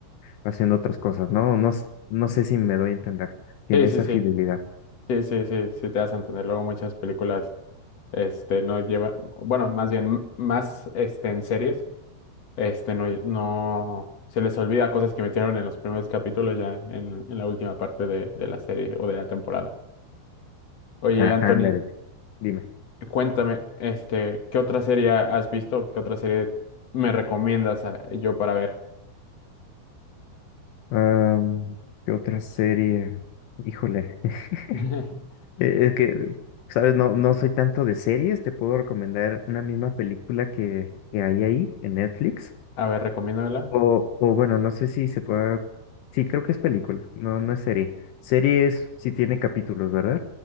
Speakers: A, on the left (about 75°); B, on the left (about 40°).
A: haciendo otras cosas, ¿no? No, s- no sé si me doy a entender. Tiene
B: Sí, sí,
A: esa
B: sí,
A: fidelidad.
B: sí, sí, sí, sí, te vas a entender. Luego muchas películas, este, no llevan, bueno, más bien, m- más, este, en series, este, no, no, se les olvida cosas que metieron en los primeros capítulos ya en, en la última parte de, de la serie o de la temporada. Oye,
A: Ah,
B: Anthony,
A: ándale, dime.
B: Cuéntame, este, ¿qué otra serie has visto? ¿Qué otra serie me recomiendas a- yo para ver?
A: Am, ¿qué otra serie? Híjole. <laughs>
B: <laughs>
A: Eh, Es que, ¿sabes? No, no soy tanto de series. Te puedo recomendar una misma película que, que hay ahí en Netflix.
B: A ver, recomiéndamela.
A: O, o bueno, no sé si se pueda. Sí, creo que es película, no, no es serie. Serie es si tiene capítulos, ¿verdad?